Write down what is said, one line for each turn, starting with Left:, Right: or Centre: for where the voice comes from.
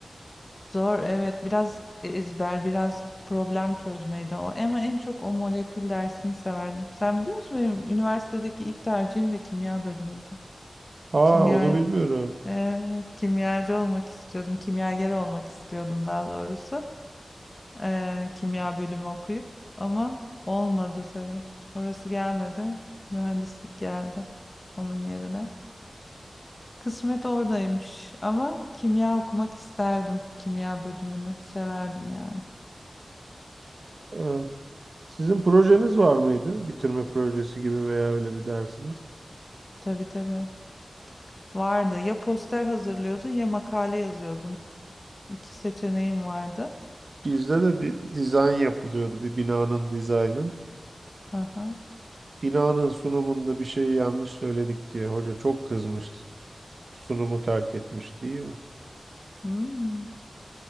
Left: Zor evet biraz ezber biraz problem çözmeydi o ama en çok o molekül dersini severdim. Sen biliyor musun benim üniversitedeki ilk tercihim de kimya bölümüydü.
Right: Aa
Left: Kimya
Right: onu bilmiyorum.
Left: evet kimyacı olmak istiyordum. Kimyager olmak istiyordum daha doğrusu. Ee, kimya bölümü okuyup ama olmadı tabii. Orası gelmedi. Mühendislik geldi onun yerine. Kısmet oradaymış ama kimya okumak isterdim. Kimya bölümünü severdim yani.
Right: Evet. Sizin projeniz var mıydı? Bitirme projesi gibi veya öyle bir dersiniz.
Left: Tabii tabii. Vardı. Ya poster hazırlıyordun ya makale yazıyordun. İki seçeneğin vardı.
Right: Bizde de di- dizayn yapılıyordu bir binanın dizaynı.
Left: Aha.
Right: Binanın sunumunda bir şeyi yanlış söyledik diye hoca çok kızmıştı. Sunumu terk etmiş değil mi?
Left: Hmm.